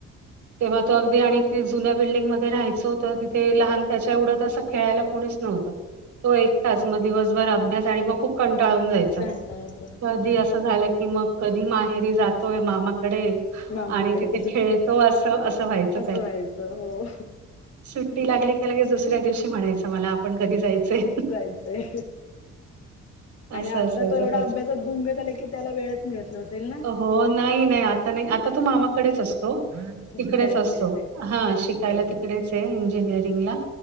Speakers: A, on the right; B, on the left.
A: तेव्हा तो अगदी आणि त जुन्या बिल्डिंगमध्येध्ये राहायचं होतं तिथे लहान त्याच्या एवढंत असं खेळायला कोणीच नव्हतं तो एकटच मग दिवसभर अभ्यास आणि मग खूप कंटाळून जायचा
B: कंटाळा येतो हम्म
A: कधी असं झालं कि मग कधी माहेरी जातोय मामाकडे
B: मामाकडे
A: आणि तिथे खेळतो असं असं व्हायच
B: असं व्हायचं हो
A: सुट
B: नाही
A: लाली त्या लगेच दुसऱ्या दिवशी म्हणायचं मला आपण कधी जायचंय.
B: जायचंय आणि
A: असं
B: आता
A: असायचं
B: तो एवढा
A: त्याच.
B: अभ्यासात घुग झालाय की त्याला वेळच मिळत नाही. जातेल ना
A: हो, नाही नाही आता नाही आता तू मामा कडेच असतो
B: अच्छा
A: तिकडेच
B: शिकायला
A: असतो.
B: आहे
A: हा शिकायला
B: बरोबर
A: तिकडेच आहे. इंजिनिअरिंगला